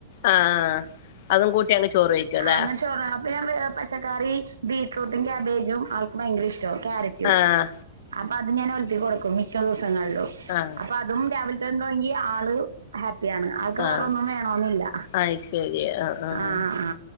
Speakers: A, on the left; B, on the right.
A: ആഹ് അതും കൂട്ടി അങ്ങ് ചോറ് കഴിക്കും അല്ലേ
B: അ പിന്നെ പച്ചക്കറി ബീടറൂട്ടും ക്യാബേജും ആൾക്ക് ഭയങ്കര ഇഷ്ടമാണ്
A: ആഹ്
B: അപ്പൊ അത് ഞാൻ ഒലു കൊടുക്കും മിക്ക
A: ആഹ്
B: അപ്പ അതും രാവിലന്ന ആ ണ് അവൾക്ക് വേറെ
A: ആഹ്
B: ഒന്നും വേണന്നില്ല
A: അത് ശരി ആഹ് ആഹ്
B: ആഹ